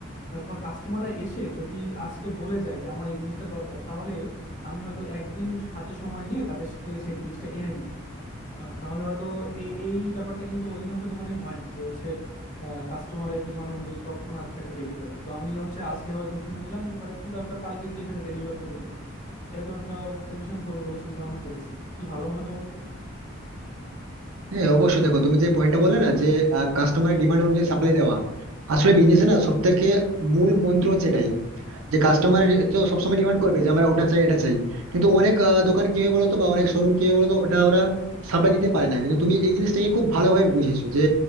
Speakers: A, on the left; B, on the right.
A: আহ, তোমার কাস্টমাররা এসে যদি আজকে বলে যায় যে আমার এই জিনিসটা দরকার তাহলে আমি হয়তো একদিন হাতে সময় নিয়ে তাদেরকে সেই জিনিসটা এনে দিব আহ, তাহলে হয়তো এই এই ব্যাপারটা কিন্তু অধিকাংশ দোকানেই হয় না যে হচ্ছে কাস্টমারের ডিমান্ড অনুযায়ী তৎক্ষণাৎ একটা ডেলিভারি তো আমি হচ্ছে আজকে হয়তো শুনে নিলাম যে তাদের কি দরকার কালকে গিয়ে সেটা ডেলিভার করে দিলাম এরকম একটা পজিশন করবো বলে চিন্তা ভাবনা করেছি কি ভালো হবে না বলো তো
B: হ্যাঁ অবশ্যই দেখো তুমি যে পয়েন্টটা বলে না যে কাস্টমারের ডিমান্ড অনুযায়ী সাপ্লাই দেওয়া আসলে বিজনেসে না সব থেকে মূল মন্ত্র হচ্ছে এটাই যে কাস্টমার তো সবসময় ডিমান্ড করবে যে আমরা ওটা চাই এটা চাই কিন্তু অনেক আহ, দোকান কি হয় বলতো বা অনেক শোরুম কি হয় বলতো ওটা ওরা সাপ্লাই দিতে পারে না কিন্তু তুমি এই জিনিসটাকে খুব ভালোভাবে বুঝেছো যে